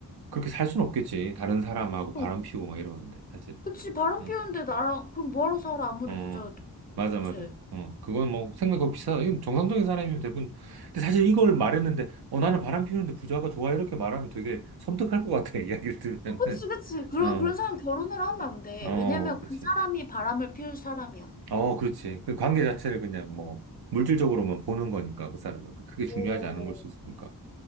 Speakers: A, on the right; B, on the left.
A: 그렇게 살 수는 없겠지. 다른 사람하고
B: 어.
A: 바람 피우고 막 이러는데 사실.
B: 그치, 바람
A: 응.
B: 피우는데 나랑, 그럼 뭐하러 살아? 아무리
A: 어,
B: 부자여도.
A: 맞아,
B: 그치?
A: 맞아. 어, 그건 뭐, 생각 없이 사, 이건 정상적인 사람이면 대부분. 근데 사실 이걸 말했는데, 어, 나는 바람 피우는데 부자가 좋아. 이렇게 말하면 되게 섬뜩할 것 같아. <laughs> 이야기를 들으면은.
B: 어, 그치, 그치. 그럼
A: 어,
B: 그런 사람 결혼을 하면 안 돼.
A: 어,
B: 왜냐면
A: 그치.
B: 그 사람이 바람을 피울 사람이야.
A: 어, 그렇지. 그 관계 자체를 그냥 뭐, 물질적으로만 보는 거니까, 그 사람은. 그게 중요하지
B: 오,
A: 않은 걸 수 있으니까.